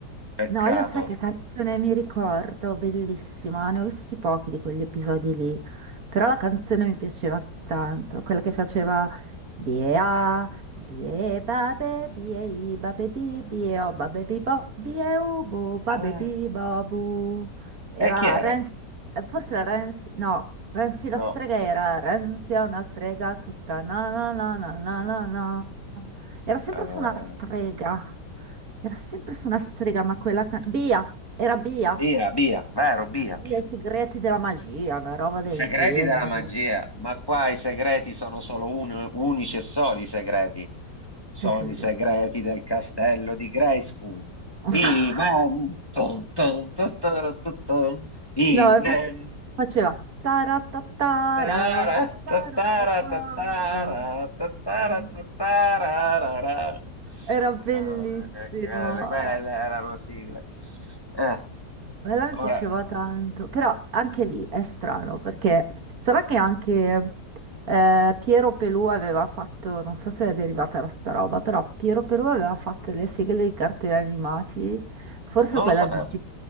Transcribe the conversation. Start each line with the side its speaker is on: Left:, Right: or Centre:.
Left: Peccato.
Right: No, io sai che canzone mi ricordo, bellissima, ne ho visti pochi di quegli episodi lì, però la canzone mi piaceva tanto, quella che faceva Bia, bie babe, bie i babe bi, bie o babe bi bo, bie u bu, babe
Left: Eh,
Right: bi babu. Era
Left: e chi era?
Right: Renzi, eh, forse era Renzi, no, Renzi la
Left: No,
Right: strega era Renzi è una strega tutta na na na na na na na. Era sempre
Left: eh,
Right: su una strega. Era sempre su una strega, ma quella... ca- Bea, era Bea.
Left: Bia, Bia, vero, Bia.
Right: Bea, i segreti della magia, una roba del
Left: I segreti
Right: genere.
Left: della magia, ma qua i segreti sono solo uno- unici e soli i segreti. Sono
Right: Che segreti?
Left: i segreti del castello di Grayskull.
Right: <laughs>
Left: I men. Tun, tun, tun, tun, tun, tun. I
Right: No, e
Left: men.
Right: face- faceva... taratatara,
Left: Tara,
Right: tataratatara.
Left: tatara, tatara, tatara,
Right: Era
Left: tatararara.
Right: era bellissimo.
Left: Ah, che- quelle, quelle
Right: eh.
Left: erano sigle. Eh,
Right: Quella mi
Left: ora,
Right: piaceva tanto, però anche lì è strano perché sarà che anche eh, Piero Pelù aveva fatto, non so se è derivata da sta roba, però Piero Pelù aveva fatto le sigle dei cartoni animati, forse
Left: non
Right: quella
Left: lo sapevo,
Right: di No? G-